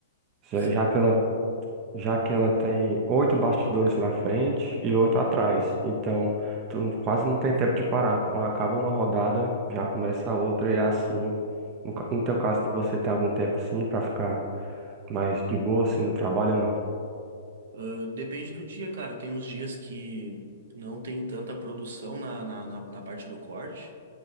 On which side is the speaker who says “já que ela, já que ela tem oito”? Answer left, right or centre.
Right